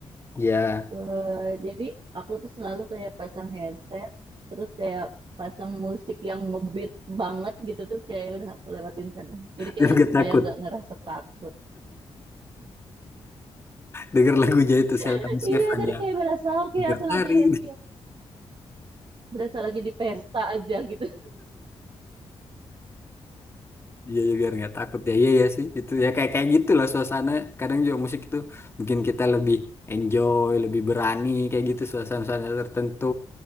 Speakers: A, on the left; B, on the right.
A: Ya,
B: Eh, jadi aku tuh selalu kayak pasang headset, terus kayak pasang musik yang ngebeat banget gitu terus kayak ya udah aku lewatin sana.
A: <laughs>
B: Jadi kayak
A: biar gak
B: supaya
A: takut.
B: nggak ngerasa takut.
A: Denger lagu aja itu Sheldon
B: <laughs>
A: Seven
B: Iya, jadi
A: ya.
B: kayak berasa oke
A: Denger
B: aku
A: lari.
B: lagi happy, berasa lagi di pesta aja gitu. <laughs>
A: Iya ya biar nggak takut ya iya ya sih itu ya kayak kayak gitu lah suasana kadang juga musik itu bikin kita lebih enjoy lebih berani kayak gitu suasana-suasana tertentu